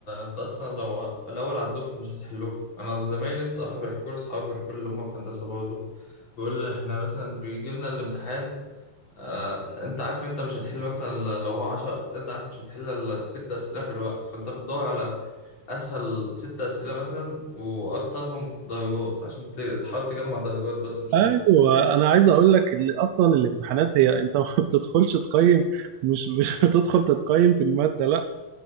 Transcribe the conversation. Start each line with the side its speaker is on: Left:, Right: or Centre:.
Left: انت اصلا لو الاول على الدفعه مش هتحلوه انا زمايلي الصراحه بيحكوا لي اصحابي بيحكوا لي اللي هم في هندسه برضه بيقول لي احنا مثلا بيجي لنا الامتحان آه انت عارف انت مش هتحل مثلا ل- لو هو 10 اسئله انت عارف مش هتحل الا ست اسئله في الوقت فانت بتدور على اسهل ست اسئله مثلا واكترهم درجات عشان ت- تحاول تجمع درجات بس مش
Right: ايوه
Left: اكتر
Right: انا عايز اقول لك اللي اصلا الامتحانات هي انت ما <laughs> بتدخلش تقيم مش مش بتدخل تتقيم في المادة لا